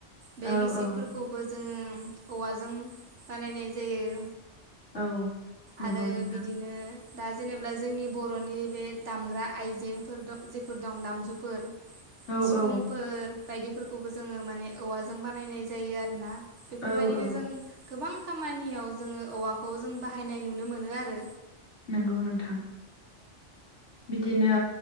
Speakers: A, on the right; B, on the left.
A: बे
B: औ
A: गिसिबफोरखौबो
B: औ
A: जोङो औवाजों बानायनाय जायो।
B: औ नंगौ
A: आरो
B: नोंथां
A: बिदिनो दा जेनेबा जोंनि बर'नि बे दामग्रा आइजेंफोर जेफोर दं जायफोर दामजुफोर
B: औ
A: सिफुंफोर
B: औ
A: बायदिफोरखौबो जोङो माने औवाजों बानायनाय जायो आरोना बेफोरबायदिनो
B: औ औ
A: जों गोबां खामानियाव जोङो औवाखौ जों बाहायनाय नुनो मोनो आरो
B: नोंगौ नोंथां। बिदिनो